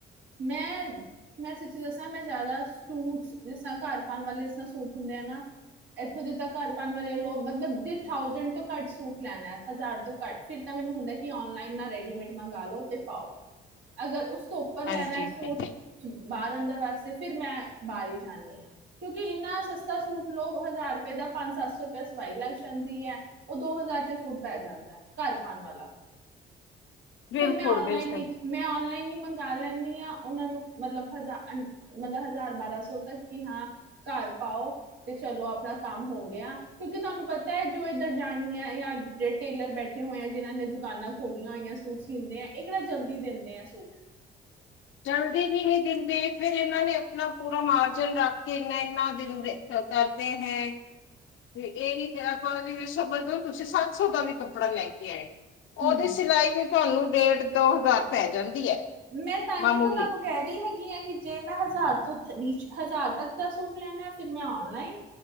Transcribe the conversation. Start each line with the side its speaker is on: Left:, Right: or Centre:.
Right: ਮੈਂ ਮੈਂ ਸਚੀ ਦੱਸਾਂ ਮੈਂ ਜਿਆਦਾ ਸੂਟ ਜਿਸ ਤ ਘਰ ਪਾਉਣ ਵਾਲੇ ਜ ਤ ਸੂਟ ਹੁੰਦੇ ਆ ਨਾ ਇਥੋਂ ਜ ਘਰ ਪਾਉਣ ਵਾਲੇ ਮਤਲਬਥ ਤੋਂ ਘੱਟ ਸੂਟ ਲੈਣਾ ਹਜ਼ਾਰ ਤੋਂ ਘੱਟ ਫ ਮੈਨੂੰ ਹੁੰਦਾ ਨ ਰੈਡੀਮੇਡ ਮੰਗ ਲੋ ਪਾਓ ਅਗਰ ਉੱਪਰ ਲੈਣਾ
Left: ਹਾਂਜੀ
Right: ਸੂਟ ਬਾਹਰ ਅੰਦਰ ਵਾਸਤੇ ਫਿਰ ਮੈਂ ਬਾਹਰ ਹੀ ਜਾਂਦੀ ਹਾਂ ਕਿਉਂਕਿ ਇੰਨਾ ਸਸਤਾ ਸੂਟ ਲੋਓ ਹਜ਼ਾਰ ਰੁਪਏ ਦਾ ਪੰਜ ਸੱਤ ਸੌ ਰੁਪਏ ਸਵਾਈ ਲੱਗ ਜਾਂਦੀ ਹੈ ਉਹ ਦੋ ਹਜ਼ਾਰ ਚ ਸੂਟ ਪੈ ਜਾਂਦਾ ਘਰ ਪਾਉਣ ਵਾਲਾ
Left: ਬਿਲਕੁਲ
Right: ਫੇਿਰ ਮੈਂ ਔਨਲਾਈਨ
Left: ਬਿਲਕੁਲ
Right: ਹੀ ਮੈਂ ਔਨਲਾਈਨ ਹੀ ਮੰਗਵਾ ਲੈਂਦੀ ਹਾਂ ਉਹਨਾਂ ਨੂੰ ਮਤਲਬ ਹਜ਼ ਮਤਲਬ ਹਜ਼ਾਰ ਬਾਰਾਂ ਸੌ ਤੱਕ ਕਿ ਹਾਂ ਕਾਰ ਪਾਓ ਤੇ ਚਲੋ ਆਪਣਾ ਕੰਮ ਹੋ ਗਿਆ ਕਿਉਂਕਿ ਤੁਹਾਨੂੰ ਪਤਾ ਹੈ ਜੋ ਇੱਧਰ ਜਾਣੀ ਹੈ ਜਾਂ ਜਿਹੜੇ ਟੇਲਰ ਬੈਠੇ ਹੋਏ ਆ ਜਿਹਨਾਂ ਨੇ ਦੁਕਾਨਾਂ ਖੋਲੀਆਂ ਹੋਈਆ ਸੂਟ ਸੀਂਦੇ ਆ ਇਹ ਕਿਹੜਾ ਜਲਦੀ ਦਿੰਦੇ ਆ ਸੂਟ
Left: ਜਲਦੀ ਵੀ ਨਹੀਂੀ ਦਿੰਦੇ ਫੇਿਰ ਇਹਨਾਂ ਨੇ ਆਪਣਾ ਪੂਰਾ ਮਾਰਜਨ ਰੱਖ ਕੇ ਇਨਾ ਦਿਿਲ ਸਰਕਾਰ ਤੇ ਹੈ ਇਹ ਨੀ ਆਪਾਂ ਸ ਬਦੋ ਤੁਸੀਂ ਸੱਤ ਸੌ ਦਾ ਵੀ ਕੱਪੜਾ ਲੈ ਕੇ ਆਏ ਉਹਦੀ
Right: ਹੂੰ
Left: ਸਿਲਾਈ ਵੀ ਤੁਹਾਨੂੰ ਡੇਟ ਦੋ ਹਜ਼ਾਰ ਪੈ ਜਾਂਦੀ ਹੈ
Right: ਮੈਂ ਤਾਂ
Left: ਮਾਮੂਲੀ
Right: ਹੀ ਤਾਂ ਤੁਹਾਨੂੰ ਕਹਿ ਰਹੀ ਹੈਗੀ ਹੈ ਕਿ ਜੇ ਮੈਂ ਹਜ਼ਾਰ ਤੋਂ ਨੀ ਹਜ਼ਾਰ ਤੱਕ ਦਾ ਸੂਟ ਲੈਣਾ ਫਿਰ ਮੈਂ ਨਲਾਈਨ